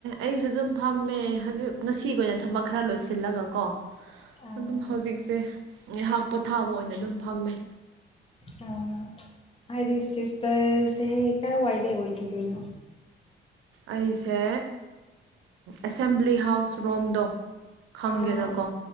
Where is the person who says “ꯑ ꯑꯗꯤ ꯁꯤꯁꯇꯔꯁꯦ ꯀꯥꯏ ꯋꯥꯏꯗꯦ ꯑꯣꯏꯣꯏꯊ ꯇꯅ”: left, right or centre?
Left